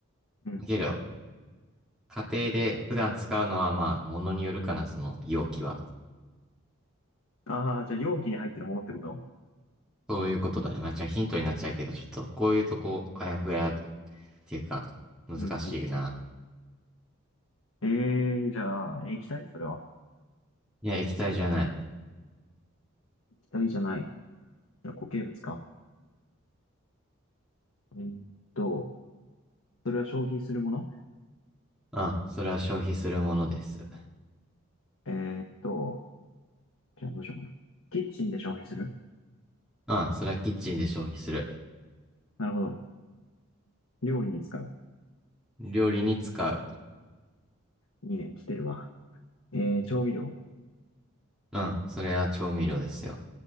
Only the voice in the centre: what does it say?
けど、家庭で普段使うのは、まあ、物によるかな、その容器は。
そういうことだね。まあ、じゃあヒントになっちゃうけど、ちょっと、こういうとこ、あやふやっていうか、難しいな。
いや、液体じゃない。
うん、それは消費するものです。
うん、それはキッチンで消費する。
料理に使う。
うん、それは調味料ですよ。